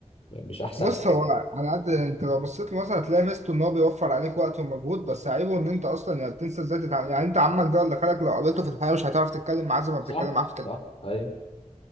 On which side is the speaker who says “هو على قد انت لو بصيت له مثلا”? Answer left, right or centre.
Right